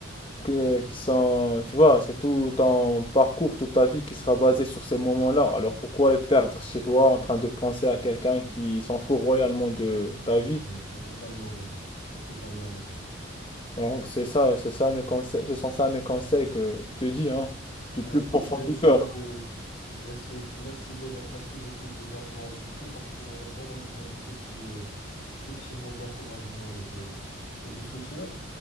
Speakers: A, on the left; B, on the left.
A: que, qui sont, tu vois, c'est tout ton parcours, toute ta vie qui sera basée sur ces moments-là. Alors pourquoi les perdre chez toi en train de penser à quelqu'un qui s'en fout royalement de ta vie?
B: ouais, tu as totalement raison. T'as totalement raison.
A: Donc c'est ça, c'est ça mes conseils, ce sont ça mes conseils que je te dis, hein, du
B: Ben,
A: plus
B: écoute,
A: profond
B: je vais
A: du
B: essayer
A: cœur.
B: de, je vais essayer de- merci déjà, merci beaucoup de m'avoir écouté parce que j'avais vraiment besoin de ces petits, euh, de ces petits mots d'encouragement et de, et de soutien.